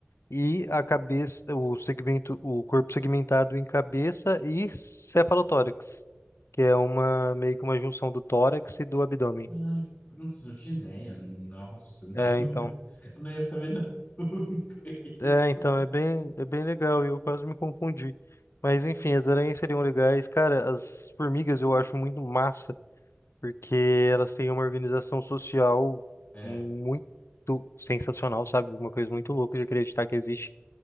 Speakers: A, on the left; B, on the left.
A: e a cabeça, o segmento, o corpo segmentado em cabeça e cefalotórax, que é uma meio que uma junção do tórax e do abdômen.
B: Ai, nossa, não tinha ideia. Nossa, não.
A: É,
B: <laughs>
A: então.
B: Eu não ia saber <laughs> nunca isso.
A: É, então, é bem, é bem legal e eu quase me confundi. Mas enfim, as aranhas seriam legais. Cara, as formigas eu acho muito massa, porque elas têm uma organização social
B: É.
A: muito sensacional, sabe? Uma coisa muito louca de acreditar que existe